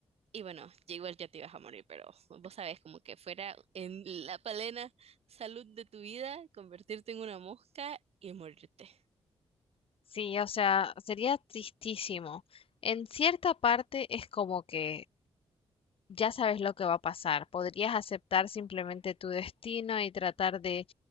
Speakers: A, on the right (about 70°); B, on the left (about 60°).
A: Y bueno, ya igual ya te ibas a morir, pero vos sabés, como que fuera en la plena salud de tu vida, convertirte en una mosca y morirte.
B: Sí, o sea, sería tristísimo. En cierta parte es como que Ya sabes lo que va a pasar. Podrías aceptar simplemente tu destino y tratar de